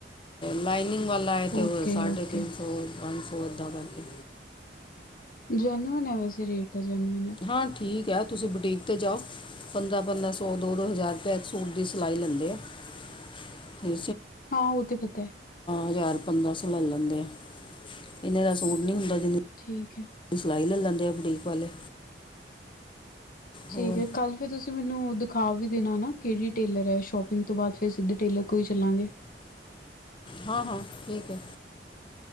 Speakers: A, on the left; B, on the left.
A: ਲਾਈਨਿੰਗ ਵਾਲਾ ਹੈ ਤੇ
B: ਓਕੇ
A: ਉਹ ਸਾਢੇ
B: ਓਕੇ
A: ਤਿੰਨ ਸੌ ਪੰਜ ਸੌ ਏਦਾਂ ਕਰਕੇ।
B: ਜੈਨੂਊਨ ਹੈ ਵੈਸੇ ਰੇਟ ਜੈਨੂਨ ਐ।
A: ਹਾਂ ਠੀਕ ਹੈ ਤੁਸੀਂ ਬੁਟੀਕ ਤੇ ਜਾਓ। ਪੰਦਰਾਂ ਪੰਦਰਾਂ ਸੌ ਦੋ ਦੋ ਹਜ਼ਾਰ ਰੁਪਇਆ ਇੱਕ ਸੂਟ ਦੀ ਸਿਲਾਈ ਲੈਂਦੇ ਆ। <unintelligible> ਹਾਂ
B: ਹਾਂ ਉਹ ਤੇ ਪਤਾ ਹੈ
A: ਹਜ਼ਾਰ ਪੰਦਰਾਂ ਸੌ ਲੈ ਲੈਂਦੇ ਆ ਇਹਨੇ ਦਾ ਸੂਟ ਨੀ ਹੁੰਦਾ ਜਿੰ
B: ਠੀਕ ਹੈ।
A: ਇੰਨੀ ਸਿਲਾਈ ਲੈ ਲੈਂਦੇ ਆ ਬੁਟੀਕ ਵਾਲੇ।
B: ਠੀਕ
A: ਹੋਰ
B: ਹੈ ਕੱਲ ਫ਼ਿਰ ਤੁਸੀਂ ਤੁਸੀਂ ਮੈਨੂੰ ਦਿਖਾ ਵੀ ਦੇਣਾ ਨਾ ਕਿਹੜੀ ਟੇਲਰ ਹੈ ਸ਼ੋਪਿੰਗ ਤੋਂ ਬਾਅਦ ਫਿਰ ਸਿੱਧੇ ਟੇਲਰ ਕੋ ਹੀ ਚੱਲਾਂਗੇ।
A: ਹਾਂ ਹਾਂ ਠੀਕ ਹੈ।